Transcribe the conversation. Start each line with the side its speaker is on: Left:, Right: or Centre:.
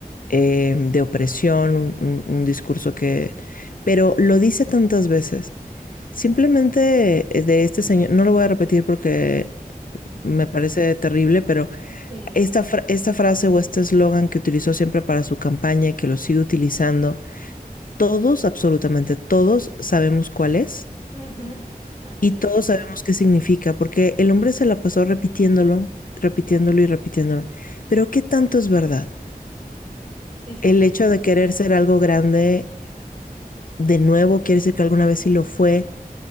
Left: eh, de opresión, un, un- un discurso que... Pero lo dice tantas veces. Simplemente eh, de este señor, no lo voy a repetir porque
Right: sí.
Left: me parece terrible, pero
Right: Sí,
Left: esta, fra- esta frase o este eslogan que utilizó siempre para su campaña y que lo sigue utilizando, todos, absolutamente todos, sabemos cuál es
Right: Ujú. Así
Left: y
Right: es.
Left: todos sabemos qué significa, porque el hombre se la pasó repitiéndolo, repitiéndolo y repitiéndolo. Pero ¿qué tanto es verdad?
Right: Si supieras.
Left: El hecho de querer ser algo grande de nuevo quiere decir que alguna vez sí lo fue.